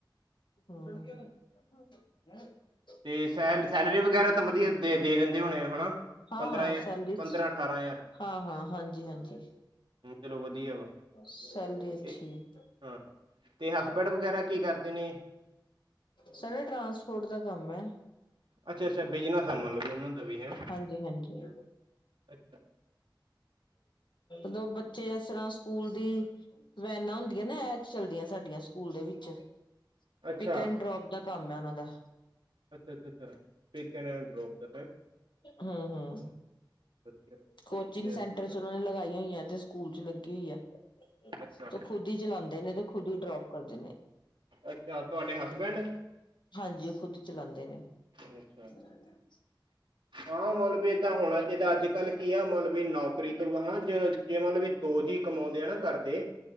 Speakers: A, on the left; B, on the right.
A: ਹੂ,,, <unintelligible>
B: ਤੇ ਸੈ ਸੈਲਰੀ ਵਗੈਰਾ ਤਾਂ ਵਧੀਆ ਦੇ ਦੇ ਦਿੰਦੇ ਹੋਣੇ ਆ ਹਨਾ।
A: ਹਾਂ
B: ਪੰਦਰਾਂ
A: ਹਾਂ
B: ਜਾਂ
A: ਸੈਲਰੀ
B: ਪੰਦਰਾਂ-ਅਠਾਰਾਂ ਹਜ਼ਾਰ।
A: ਹਾਂ ਹਾਂ ਹਾਂਜੀ ਹਾਂਜੀ
B: ਹਮ, ਚਲੋ ਵਧੀਆ ਵਾ
A: ਸੈਲਰੀ ਅੱਛੀ
B: ਤੇ
A: ਹੈ।
B: ਹਾਂ ਤੇ ਹਸਬੈਂਡ ਵਗੈਰਾ ਕੀ ਕਰਦੇ ਨੇ
A: ਸਾਡਾ ਟਰਾਂਸਪੋਰਟ ਦਾ ਕੰਮ ਹੈ।
B: ਅੱਛਾ ਅੱਛਾ ਬਿਜਨਾਸ ਆ ਮੰਨ ਲਓ ਉਹਨਾਂ ਦਾ ਵੀ ਹੈ।
A: ਜੀ ਹਾਂਜੀ
B: ਅੱਛਾ।
A: ਦੋ ਬੱਚੇ ਇਸ ਤਰ੍ਹਾਂ ਸਕੂਲ ਦੀ ਵੈਨਾਂ ਹੁੰਦੀਆਂ ਨਾ ਇਹ ਐਛਲ ਸਾਡੀਆਂ ਸਕੂਲ ਦੇ ਵਿੱਚ
B: ਅੱਛਾ
A: ਪਿਕ ਐਂਡ ਡਰੋਪ ਦਾ ਕੰਮ ਹੈ ਉਹਨਾਂ ਦਾ
B: ਅੱਛਾ-ਅੱਛਾ, ਅੱਛਾ। ਪਿਕ ਐਂਡ ਡਰੋਪ ਦਾ ਹੈ
A: ਹੂ
B: ਵਧੀਆ
A: ਕੋਚਿੰਗ
B: ਵਧੀਆ
A: ਸੈਂਟਰ ਚ ਉਹਨਾਂ ਨੇ ਲਗਾਈਆਂ ਹੋਈਆਂ ਤੇ ਸਕੂਲ ਚ ਲੱਗੀ ਹੋਈ ਹੈ ਤੇ
B: ਅੱਛਾ
A: ਖੁੱਦ ਗਡੀ ਚਲਾਉਂਦੇ ਨੇ ਤੇ ਖੁਦ ਹੀ ਡਰੋਪ ਕਰਦੇ ਨੇ।
B: ਅੱਛਾ ਤੁਹਾਡੇ ਹਸਬੈਂਡ
A: ਹਾਂਜੀ ਉਹ ਖੁਦ ਹੀ ਚਲਾਉਂਦੇ ਨੇ।
B: <inaudible>
A: <unintelligible>
B: ਹਾਂ ਮਲਬ ਏਦਾ ਹੋਣਾ ਚਾਹੀਦਾ ਅੱਜ ਕੱਲ ਕੀ ਆ ਮਲਬ ਵੀ ਨੌਕਰੀ ਤੋਂ ਬਾਅਦ ਚ ਜਿਨਾ ਦੇ ਵੀ ਦੋ ਜੀ ਕਮਾਉਂਦੇ ਹਨ ਘਰ ਦੇ